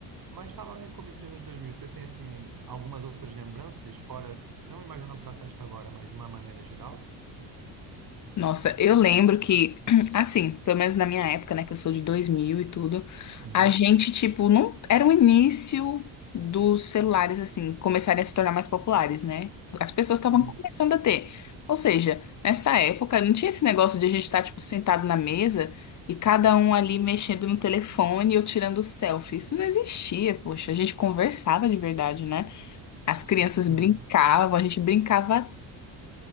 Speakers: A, on the right (about 50°); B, on the left (about 40°).
A: Mas falando em comida de anos 2000, você tem assim algumas outras lembranças fora, tipo, não imaginando para a festa agora, mas de uma maneira geral?
B: Nossa, eu lembro que, <clears throat> assim, pelo menos na minha época, né, que eu sou de 2000 e tudo,
A: Uhum.
B: a gente, tipo, não era o início dos celulares, assim, começarem a se tornar mais populares, né? As pessoas estavam
A: Sim.
B: começando a ter. Ou seja, nessa época, não tinha esse negócio de a gente estar, tipo, sentado na mesa e cada um ali mexendo no telefone ou tirando selfie. Isso não existia, poxa, a gente conversava de verdade, né? As crianças
A: Uhum.
B: brincavam, a gente brincava